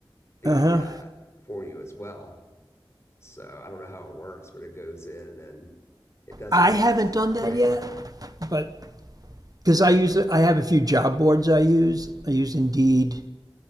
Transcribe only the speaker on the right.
uh-huh.
I
haven't
done that
yet, but because I use I have a few job boards I use. I use Indeed.